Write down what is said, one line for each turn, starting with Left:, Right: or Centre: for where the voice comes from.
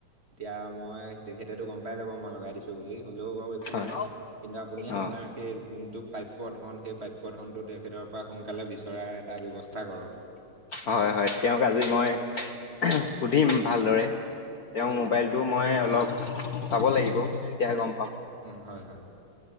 Right: এতিয়া মই, তেখেতেটো গম পাই যাব মই লগাই দিছোঁ বুলি, হ'লেও বাৰু একো
Left: হয়
Right: নাই। কিন্তু আপুনি আপোনাৰ
Left: অ
Right: সেই যোনটো পাপ্য ধন, সেই পা প্য ধনটো তেখেতৰ পা সোনকালে বিচাৰি এটা ব্যৱস্থা কৰক।
Left: হয়, হয়। তেওঁক আজি মই সুধিম ভালদৰে। তেওঁৰ মোবাইলটো মই অলপ চাব লাগিব, তেতিয়াহে গম পাম।
Right: হম হয়, হয়।